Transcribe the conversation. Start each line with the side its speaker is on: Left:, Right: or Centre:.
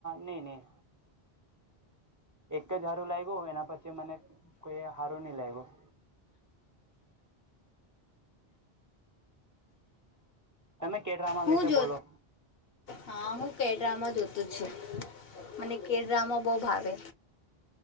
Right: નઈ નહી એક જ હારું લાગ ગ્યું એના પછી મને કોઈ સારું નઈ લાગ ગ્યું. તમે કે ડ્રામા
Left: હું
Right: વિશે
Left: જો
Right: બોલો.
Left: હા હું કેડ્રામા જોતો જ છું મને કે ડ્રમા બહ ભાવે.